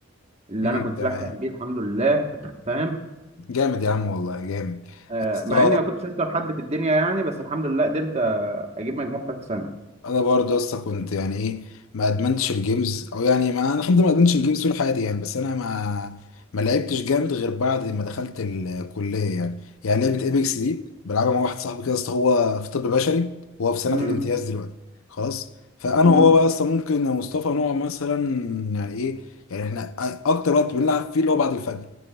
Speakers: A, on the right; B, on the left.
A: اللي
B: مم.
A: انا كنت
B: تمام
A: بحلم بيه الحمد لله فاهم
B: جامد يا عم والله جامد
A: آه،
B: يا اسطى
A: مع اني ما كنتش اشطر حد في الدنيا يعني بس الحمد لله قدرت آه، اجيب مجموع في ثالث سنه
B: انا برضه لسه كنت يعني ايه ما ادمنتش الجيمز او يعني ما انا الحمد لله ما ادمنتش الجيمز طول حياتي يعني بس انا ما ما لعبتش جامد غير بعد ما دخلت الكليه يعني يعني لعبه ايبكس دي بلعبها مع واحد صاحبي كده اصل هو في طب بشري هو في سنه
A: امم
B: الامتياز دلوقتي خلاص فانا
A: امم
B: وهو بقى اصلا ممكن يا مصطفى نقعد مثلا يعني ايه يعني احنا اكتر وقت بنلعب فيه اللي هو بعد الفجر